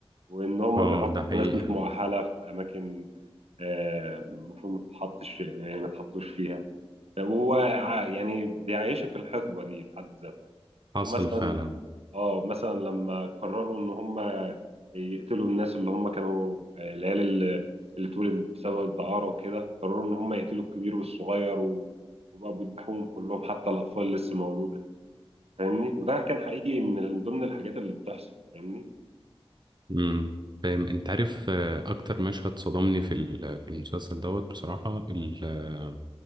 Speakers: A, on the right; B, on the right.
A: وان هم
B: اه
A: بيحطوا
B: ده حقيقة
A: ناس مش مؤهلة في أماكن آه، المفروض ما تتحطش فيها يعني ما تحطوش فيها هو ع- يعني بيعيشك الحقبة دي في حد ذاتها
B: حصل
A: ومثلا
B: فعلا
A: اه مثلا لما قرروا ان هم يقتلوا الناس اللي هم كانوا آه، العيال اللي اللي اتولدت بسبب الدعارة وكده قرروا ان هم يقتلوا الكبير والصغير و- وبقوا بيذبحوهم كلهم حتى الاطفال اللي لسه مولودة فاهمني وده كان حقيقي من ال- ضمن الحاجات اللي بتحصل فاهمني
B: امم فاهم انت عارف آه، اكتر مشهد صدمني في ال- في المسلسل دوت بصراحة ال- آه،